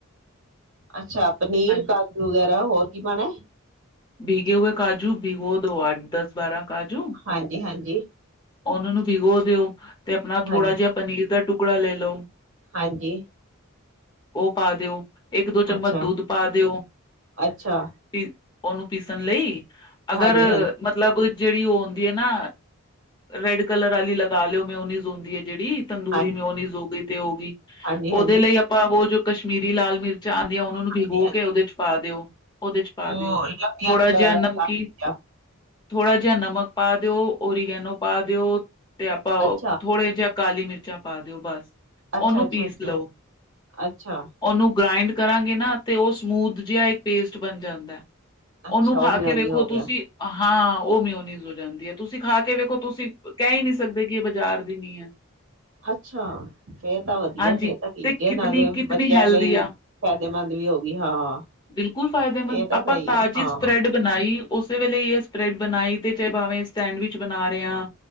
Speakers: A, on the right; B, on the left.
A: ਅੱਛਾ ਪਨੀਰ,
B: ਹਾਂਜੀ
A: ਕਾਜੂ ਵਗੈਰਾ ਹੋਰ ਕੀ ਪਾਉਣਾ?
B: ਭੀਗੇ ਹੋਏ ਕਾਜੂ ਭੀਗੋ ਦੋ ਆਠ, ਦਸ, ਬਾਰਾਂ। ਕਾਜੂ
A: ਹਾਂਜੀ ਹਾਂਜੀ
B: ਉਹਨਾਂ ਨੂੰ ਭਿਗੋ ਦਿਓ। ਤੇ ਆਪਣਾ ਥੋੜਾ
A: ਹਾਂਜੀ
B: ਜਿਹਾ ਪਨੀਰ ਦਾ ਟੁਕ ਟੁਕੜਾ ਲੈ ਲਓ।
A: ਹਾਂਜੀ।
B: ਉਹ ਪਾ ਦਿਓ। ਇੱਕ ਦੋ ਚਮਚ
A: ਅੱਛਾ
B: ਦੁੱਧ ਪਾ ਦਿਓ,
A: ਅੱਛਾ
B: ਫਿਰ ਉਹਨੂੰ ਪੀਸਣ ਲਈ ਅਗਰ
A: ਹਾਂਜੀ ਹਾਂਜੀ
B: ਮਤਲਬ ਜਿਹੜੀ ਉਹ ਹੁੰਦੀ ਹੈ ਨਾ ਰੈਡ ਕਲਰ ਆਲੀ ਲਗਾ ਲਿਓ ਮਿਓਨੀਜ਼ ਹੁੰਦੀ ਹੈ। ਜਿਹੜੀ ਤੰਦੂਰੀ
A: ਹਾਂਜੀ
B: ਮਿਓਨੀਜ਼ ਹੋ ਗਈ ਤੇ ਹੋ ਗਈ
A: ਹਾਂਜੀ
B: ਉਹਦੇ
A: ਹਾਂਜੀ
B: ਲਈ ਆਪਾਂ ਉਹ ਜੋ ਕਸ਼ਮੀਰੀ ਲਾਲ ਮਿਰਚ ਜਾਂ ਤੇ ਉਹਨਾਂ ਨੂੰ
A: ਹਾਂਜੀ
B: ਭਿਗੋ
A: ਹਾਂਜੀ
B: ਕੇ ਉਹਦੇ 'ਚ ਪਾ ਦਿਓ। ਉਹਦੇ 'ਚ ਪਾ
A: ਉਹ
B: ਦਿਓ।
A: ਲੰਬੀਆਂ
B: ਥੋੜ੍ਹਾ
A: ਅ
B: ਜਿਹਾ ਨਮਕੀਨ ਥੋੜ, ਥੋੜ੍ਹਾ ਜਿਹਾ ਨਮਕ ਪਾ ਦਿਓ। ਓਰੀਗੈਨੋ ਪਾ ਦਿਓ ਤੇ ਆਪਾਂ
A: ਅੱਛਾ
B: ਉਹ ਥੋੜੇ ਜਿਹੀਆਂ ਕਾਲੀ ਮਿਰਚਾਂ ਪਾ ਦਿਓ ਬਸ
A: ਅੱਛਾ
B: ਉਹਨੂੰ
A: ਅੱਛਾ
B: ਪੀਸ
A: ਅੱਛਾ
B: ਲਓ
A: ਅੱਛਾ
B: ਉਹਨੂੰ ਗ੍ਰਾਇੰਡ ਕਰਾਂਗੇ ਨਾ ਤੇ ਉਹ ਸਮੂਥ ਜਿਹਾ ਇੱਕ ਪੇਸਟ ਬਣ ਜਾਂਦਾ। ਉਹਨੂੰ
A: ਅੱਛਾ
B: ਖਾ
A: ਉਹ ਮਿਓਨੀ
B: ਕੇ ਵੇਖੋ
A: ਹੋ ਗਿਆ
B: ਤੁਸੀਂ ਹਾਂ ਉਹ ਮਿਉਨੀਜ਼ ਹੋ ਜਾਂਦੀ ਹੈ ਤੁਸੀਂ ਤੁਸੀਂ ਖਾ ਕੇ ਵੇਖੋ ਤੁਸੀਂ ਕਹਿ ਹੀ ਨਹੀਂ ਸ ਸਕਦੇ ਕਿ ਇਹ ਬਾਜ਼ਾਰ ਦੀ ਨੀ ਏ।
A: ਅੱਛਾ ਫਿਰ ਤਾਂ ਵਧੀਆ
B: ਹਾਂਜੀ
A: ਫੇਰ ਤਾਂ ਠੀਕ
B: ਤੇ
A: ਹੈ
B: ਕਿਤਨੀ
A: ਨਾਲੇ
B: ਕਿਤਨੀ
A: ਬੱਚਿਆਂ
B: ਹੈਲਦੀ
A: ਲਈ
B: ਆ
A: ਫਾਇਦੇਮੰਦ ਵੀ ਹੋ ਗਈ ਹਾਂ
B: ਬਿਲਕੁਲ ਫਾਇਦੇਮੰਦ
A: ਇਹ ਤਾਂ
B: ਆਪਾਂ
A: ਸਹੀ
B: ਤਾਜ਼ੀ
A: ਹੈ ਹਾਂ
B: ਸਪਰੈਡ ਬਣਾਈ। ਉਸੇ ਵੇਲੇ ਇਹ ਸਪ੍ਰੈਡ ਬਣਾਈ ਤੇ ਚਾਹੇ ਭਾਵੇਂ ਸੈਂਡ ਵਿੱਚ ਬਣਾ ਰਹੇ ਆ।